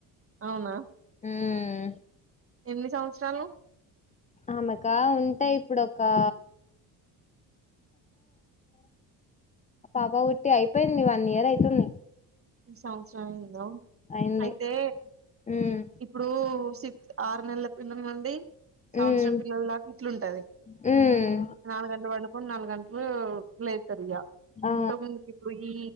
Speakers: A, on the right; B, on the left.
A: అవునా
B: ఆ <inaudible>
A: ఎన్ని సంవత్సరాలు
B: అమెకా ఉంటాయి ఇప్పుడోకా పాప కుుట్టి అయిపోయింది వన్ ఇయర్ అయితుంది
A: సంవత్సరమైంది హలో
B: అయింది
A: అయితే
B: హ్మ్
A: ఇప్పుడు సిక్స్ ఆరు నెలల పిల్లని అండి
B: హ్మ్
A: సంవత్సరం పిల్లల దాకా ఇట్లుంటది.
B: హ్మ్
A: నాలుగు గంటల పడు మూడు నాలుగు గంటలు లేతారు ఇగ
B: ఆ
A: ఇంతకు ముందు ఇపుడు ఈ